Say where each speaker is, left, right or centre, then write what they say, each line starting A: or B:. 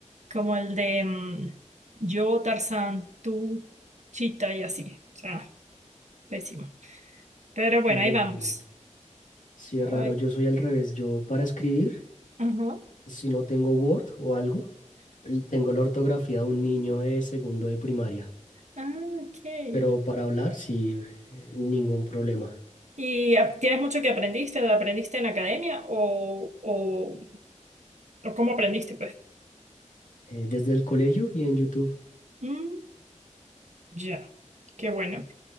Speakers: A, on the right; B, on the left.
A: como el de mm, yo, Tarzán, tú, Chita y así. O sea, pésimo. Pero bueno,
B: ya depende.
A: ahí vamos.
B: Si es
A: Ay,
B: raro, yo soy al revés, yo para escribir,
A: ajá.
B: si no tengo Word o algo, l- tengo la ortografía de un niño de segundo de primaria,
A: Ah, ok.
B: pero para hablar, sí, eh, ningún problema.
A: ¿Y ap- tienes mucho que aprendiste? ¿Aprendiste en academia o, o, o cómo aprendiste, pues?
B: Eh, desde el colegio y en YouTube.
A: Mm, ya. Qué bueno.